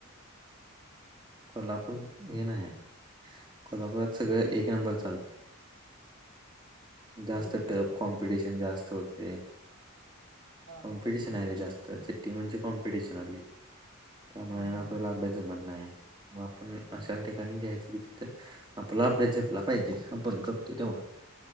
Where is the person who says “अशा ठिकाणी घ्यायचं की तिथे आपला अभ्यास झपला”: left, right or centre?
Right